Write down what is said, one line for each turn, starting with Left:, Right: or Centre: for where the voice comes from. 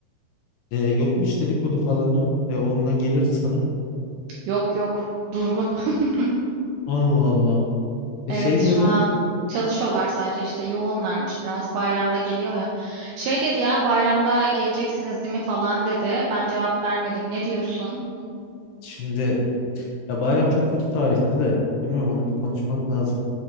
Left: E, yok mu hiç dedikodu falan ya? E, ondan gelirdi sana.
Right: Yok yok durgun. <laughs>
Left: Allah Allah. E,
Right: Evet
Left: şey diyordu.
Right: şu an çalışıyorlar sadece işte yoğunlarmış biraz. Bayramda geliyor ya. Şey dedi ya bayramda geleceksiniz değil mi falan dedi. Ben cevap vermedim. Ne diyorsun?
Left: Şimdi ya bayram çok kötü tarihti de. Bilmiyorum onu bir konuşmak lazım.